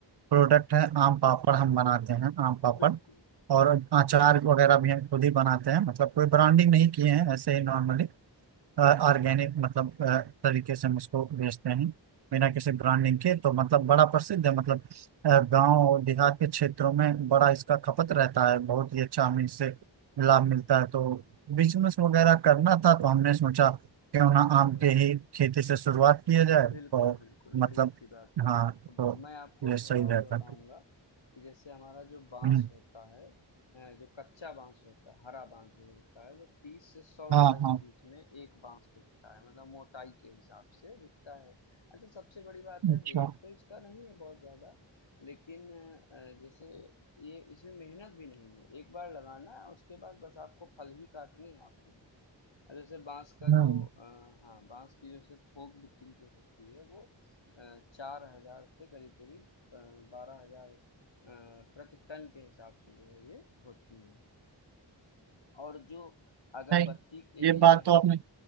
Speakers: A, on the right (about 60°); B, on the left (about 80°).
A: प्रोडक्ट है आम पापड़ हम बनाते हैं आम पापड़
B: बिल्कुल
A: और अचार वगैरह भी हम खुद ही बनाते हैं मतलब कोई ब्रांडिंग नहीं किए हैं ऐसे ही नॉर्मली ऑर्गेनिक मतलब अ, तरीके से हम उसको बेचते हैं बिना
B: बिल्कुल
A: किसी ब्रांडिंग
B: बिल्कुल
A: के तो मतलब बड़ा प्रसिद्ध है मतलब
B: हम्म
A: गांव देहात के क्षेत्रों में बड़ा इसका खपत रहता है बहुत ही अच्छा हमें इससे लाभ मिलता है तो बिजनेस वगैरह करना था तो हमने सोचा क्यों ना
B: हाँ, नहीं
A: आम
B: नहीं
A: के ही खेती से शुरुआत किया जाए तो
B: बिल्कुल बिल्कुल बड़ी
A: मतलब
B: अच्छी बात
A: हाँ
B: अब
A: तो
B: मैं आपको
A: ये सही
B: थोड़ा
A: रहता
B: और बताऊंगा
A: है
B: कि जैसे हमारा जो बांस
A: हम्म,
B: होता है अ, जो कच्चा बांस होता है हरा बांस जो होता है वो तीस से सौ
A: हाँ
B: रुपए
A: हाँ
B: के बीच में एक बांस बिकता है मतलब मोटाई के हिसाब से बिकता है अच्छा सबसे बड़ी बात है
A: अच्छा
B: रेट तो इसका नहीं है बहुत ज़्यादा लेकिन अ, जैसे ये इसमें मेहनत भी नहीं है एक बार लगाना उसके बाद बस आपको फल ही काटने हैं आप समझ लीजिए अब जैसे बांस का
A: हम्म
B: जो अ, हाँ बांस की जैसे थोक बिक्री जो होती है वो चार हज़ार से करीब-करीब अ, 12,000 अ, प्रति टन के हिसाब से जो है ये होती है। और जो अगरबत्ती
A: नहीं
B: के लिए
A: ये बात
B: हाँ,
A: तो आपने